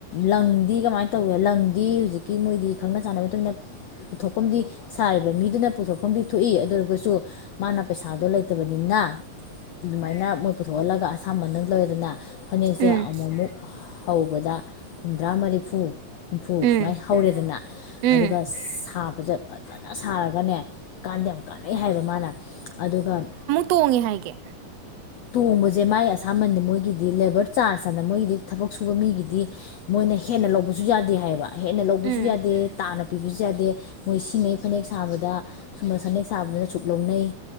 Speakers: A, on the left; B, on the right.
A: ꯂꯪꯗꯤ ꯀꯃꯥꯏꯅ ꯇꯧꯋꯦ ꯂꯪꯗꯤ ꯍꯧꯖꯤꯛꯀꯤ ꯃꯣꯏꯗꯤ ꯈꯪꯅ ꯆꯥꯟꯅꯕ ꯃꯇꯨꯡ ꯏꯟꯅ꯫ ꯄꯨꯊꯣꯛꯐꯝꯗꯤ ꯁꯥꯔꯤꯕ ꯃꯤꯗꯨꯅ ꯄꯨꯊꯣꯛꯐꯝꯗꯤ ꯊꯣꯛꯏ ꯑꯗꯨ ꯑꯣꯏꯔꯒꯁꯨ ꯃꯥꯅ ꯄꯩꯁꯥꯗꯣ ꯂꯩ꯫ ꯇꯕꯅꯤꯅ ꯑꯗꯨꯃꯥꯏꯅ ꯃꯣꯏ ꯄꯨꯊꯣꯛꯍꯜꯂꯒ ꯑꯁꯥꯃꯟꯗ ꯂꯧꯔꯦꯗꯅ ꯐꯅꯦꯛꯁꯦ
B: ꯎꯝ ꯎꯝ
A: ꯑꯃꯨꯛꯃꯨꯛ꯫ ꯍꯧꯕꯗ ꯍꯨꯝꯗ꯭ꯔꯥ ꯃꯔꯤꯐꯨ ꯍꯨꯝꯐꯨ
B: ꯎꯝ
A: ꯁꯨꯃꯥꯏꯅ ꯍꯧꯔꯦꯗꯅ
B: ꯎꯝ
A: ꯑꯗꯨꯒ꯫ ꯁꯥꯕꯁꯦ ꯐꯖꯅ ꯁꯥꯔꯒꯅꯦ ꯀꯥꯟꯗꯦꯝ ꯌꯥꯝ ꯀꯥꯟꯅꯩ ꯍꯥꯏꯕ ꯃꯥꯅ ꯑꯗꯨꯒ
B: ꯇꯣꯡꯉꯤ ꯍꯥꯏꯒꯦ
A: ꯇꯣꯡꯕꯁꯦ ꯃꯥꯥꯏ ꯑꯁꯥꯝꯕꯟꯗꯤ ꯃꯣꯏꯒꯤꯗꯤ ꯂꯦꯕꯔ ꯆꯥꯔꯖ ꯍꯅ ꯃꯣꯏꯒꯤꯗꯤ ꯊꯕꯛ ꯁꯨꯕ ꯃꯤꯒꯤꯗꯤ ꯃꯣꯏꯅ ꯍꯦꯟꯅ ꯂꯧꯕꯁꯨ ꯌꯥꯗꯦ ꯍꯥꯏꯕ ꯍꯦꯟꯅ ꯂꯧꯕꯁꯨ
B: ꯎꯝ
A: ꯌꯥꯗꯦ ꯇꯥꯅ ꯄꯤꯕꯁꯨ ꯌꯥꯗꯦ ꯃꯣꯏ ꯁꯤꯡꯉꯩ ꯐꯅꯦꯛ ꯁꯥꯕ ꯑꯗꯨꯗ ꯁꯨꯝꯕ ꯁꯅꯦꯛ ꯁꯥꯕꯗꯨꯅ ꯑꯁꯨꯛ ꯂꯧꯅꯩ